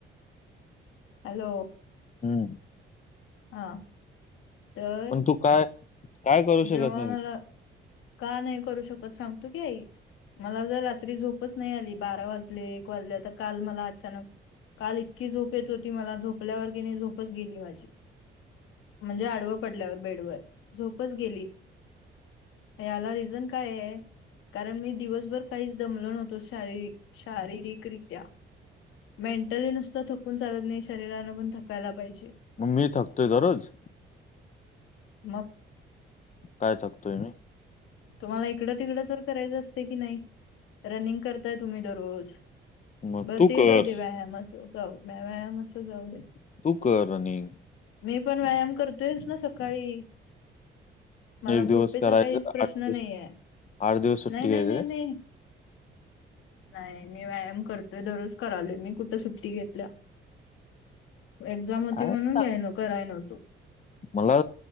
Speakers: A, on the left (about 80°); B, on the left (about 40°).
A: हॅल्लो
B: हम्
A: हा तर
B: पण तू काय काय करू शकत
A: जेव्हा
B: नाही
A: मला. का नाही करू शकत सांगतो की आई. मला जर रात्री झोपच नाही आली बारा वाजले एक वाजले तर काल मला अचानक काल इतकी झोप येत होती मला झोपल्यावर कि नाही झोपच गेली माझी. म्हणजे आडवं पडल्यावर बेडवर झोपच गेली. याला रिझन काय आहे? कारण मी दिवसभर काहीच दमलो नव्हतो शारीर शारीरिकरित्या. मेंटली नुसतं थकून चालत नाही. शरीरान पण थकायला पाहिजे.
B: मी थकतोय काय रोज?
A: मग.
B: काय थकतोय मी.
A: तुम्हाला इकडं तिकडं तर करायचं असते की नाही रनिंग करताय तुम्ही दररोज.
B: मग
A: बर
B: तू
A: ते
B: कर
A: जाऊ दे व्यायामच जाऊ व्यायामच जाऊ दे
B: तू कर रनिंग
A: मी पण व्यायाम करतोयस ना सकाळी. मला
B: एक
A: झोपेचा
B: दिवस करायचं
A: काहीच प्रश्न
B: आठ दिवस
A: नाही आहे
B: आठ दिवस सुट्टी
A: नाही नाही..
B: घ्यायचं
A: नाही..
B: काय
A: नाही. नाही मी व्यायाम करतोय दररोज करालोय मी कुठं सुट्टी घेतल्या. एक्झाम होती
B: अ..
A: म्हणून
B: पा
A: घ्याय न कराय नव्हतो
B: मला